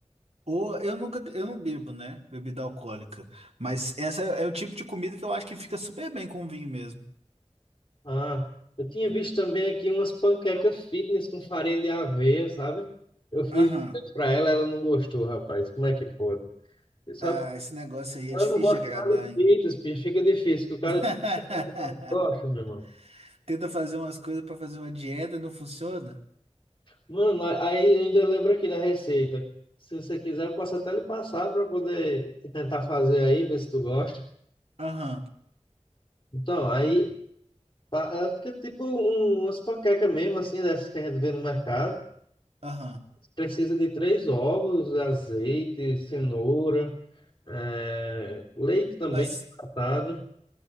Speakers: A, on the right; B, on the left.
A: Ou eu nunca, eu não bebo, né? Bebida alcoólica. Mas essa é o tipo de comida que eu acho que fica super bem com vinho mesmo.
B: Ah, eu tinha visto também aqui umas panquecas fitness com farinha de aveia, sabe? Eu fiz
A: Aham.
B: pra ela, ela não gostou, rapaz. Como é que pode? E Sabe,
A: Ah, esse negócio aí é
B: ela
A: difícil
B: não gosta
A: de agradar,
B: de nada de
A: hein?
B: fitness, bicho, fica difícil, que o cara
A: <laughs>
B: não gosta, meu irmão.
A: Tenta fazer umas coisas pra fazer uma dieta e não funciona?
B: Mano, a- aí ainda lembro aqui da receita. Se você quiser, eu posso até lhe passar para poder tentar fazer aí, ver se tu gosta.
A: Aham,
B: Então, aí tá, ela fica tipo um, umas panquecas mesmo, assim, dessas que a gente vê no mercado.
A: aham.
B: precisa de três ovos, azeite, cenoura, eh, leite também
A: Mas
B: tratado.